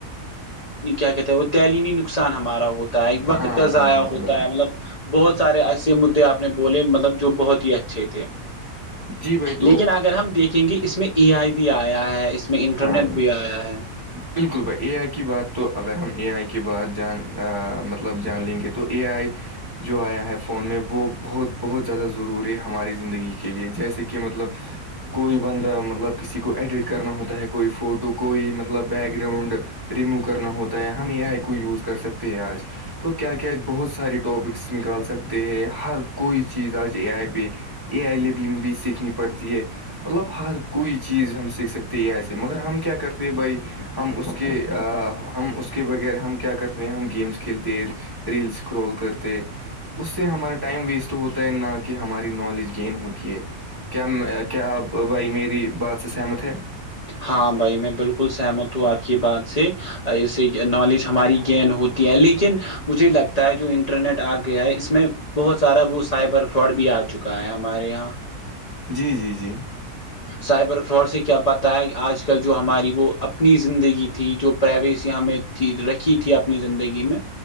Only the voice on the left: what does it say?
کیا کہتے ہیں وہ تعلیمی نقصان ہمارا ہوتا ہے وقت
کا
ضائع
ہوتا
ہے مطلب بہت سارے ایسے مدے آ نے بولے مطلب جو بہت اچھے تھے
لیکن اگر ہم دیکھیں گے اس میں ای آئی بھی آیا ہے اس میں انٹرنیٹ
بھی آیا ہے
ہاں بھائی میں بالکل سہمت ہوں آپ کی بات سے اسے نالج ہماری گین ہوتی ہے لیکن مجھے لگتا ہے جو انٹرنیٹ آ گیا ہے اس میں بہت سارا وہ سائبر فراڈ بھی آ گیا چکا ہے ہمارے یہاں
سائبر فراڈ سے کیا پاتا ہے آج کل جو ہماری وہ اپنی زندگی تھی جو پرائیویسی ہمیں رکھی تھی اپنی زندگی میں